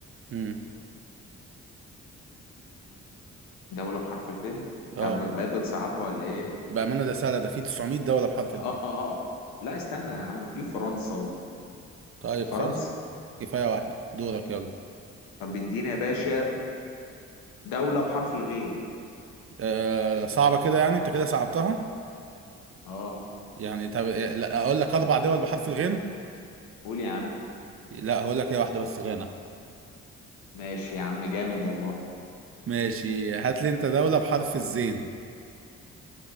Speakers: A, on the right (about 40°); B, on the left (about 85°).
A: امم
B: دولة بحرف الف انت
A: اه
B: ب- بقيت بتصعبها ولا ايه؟
A: بأمانة ده سهلة ده في 900 دولة بحرف
B: اه
A: الف
B: اه لا استنى يا عم في فرنسا
A: طيب
B: وفرنسا
A: خلاص كفاية واحدة دورك يلا
B: طب اديني يا باشا دولة بحرف الغين
A: آه صعبة كده يعني انت كده صعبتها
B: اه
A: يعني طب إيه، لا اقول لك اربع دول بحرف الغين
B: قول يا عم
A: لا هقول لك هي واحدة بس غانا
B: ماشي يا عم جامد والله
A: ماشي هات لي انت دولة بحرف الزين